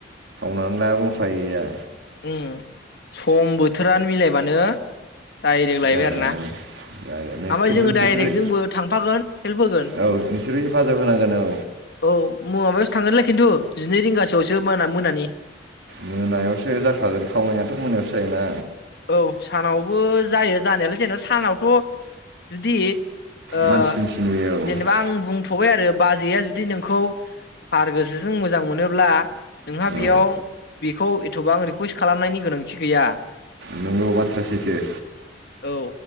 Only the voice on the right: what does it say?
नंंङाब्ला उफाय गैखाया
जागोन
आं जागोन
खिन्थु
नोंसोरबो
औ नोंसोरो हेफाजाब होनांगोन औ
मोनायावसो जाखागोन खावनायाथ' मोनायावसो जायोना
मानसि दुमसि नुयो औ
औ
नोंगौ बाथ्राया सैथो